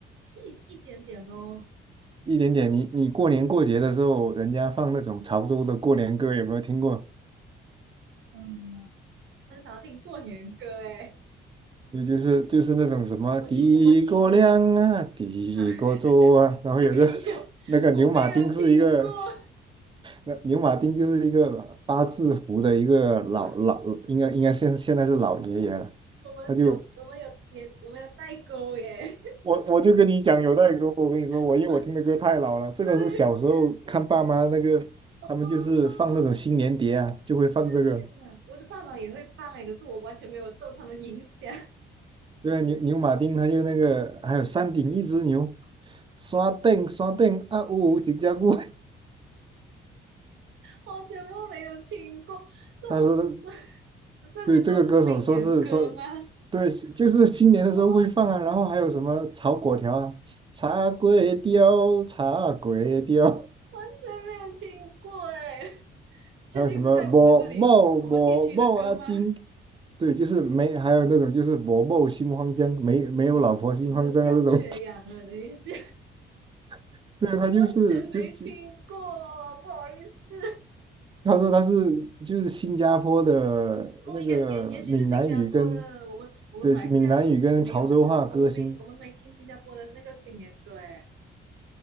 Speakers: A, on the right (about 75°); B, on the right (about 25°).
A: 一一点点咯。
B: 一点点，你你过年过节的时候，人家放那种潮州的过年歌，有没有听过？
A: 嗯，我很少听过年歌诶，
B: 对，就是就是那种什么的哥亮啊，
A: 我听我们听比较
B: 的哥州啊，
A: 啊，<laughs>
B: 然后有个
A: 没有，
B: <laughs> 那个牛马丁是一个，
A: 我没有听过。
B: 那牛马丁就是一个八字胡的一个老老，
A: 我
B: 应该应该现现在是老爷爷了，
A: 我们有我们有年我们有代沟耶。
B: 他就我我就跟你讲有代沟，我跟你说，我因为我听的歌太老了，
A: 我
B: 这个是小时候看爸妈那个，
A: 对你哦，
B: 他们就是放那种新年碟啊，就会放这个。
A: 我的天哪，我的爸爸也会放诶，可是我完全没有受他们影响。
B: 对啊，牛牛马丁，他就那个，还有山顶一只牛，刷顶刷顶啊呜呜几加固。
A: 我全部没有听过，
B: <laughs>
A: 这么这
B: 他说的，
A: 这些都是新年歌吗？
B: 对这个歌手说是说，对，就是新年的时候会放啊，
A: 啊，
B: 然后还有什么炒果条啊，茶粿条，茶粿条，
A: 完全没有听过哎，确定是在我们这里我们地区的歌吗？
B: 还有什么我某我某阿金，对，就是没，还有那种就是我某心慌张，没没有老婆心慌张啊这种，
A: 我都我都笑缺氧了，等一下，
B: <laughs> 对，他就是就就。
A: 完全没听过，不好意思。
B: 他说他是就是新加坡的那个闽南语跟
A: 哦，应该也也许是新加坡的，我们我们马来西亚就没有那么，
B: 对闽南语跟潮州话歌星，
A: 我们没我们没听新加坡的那个新年歌哎，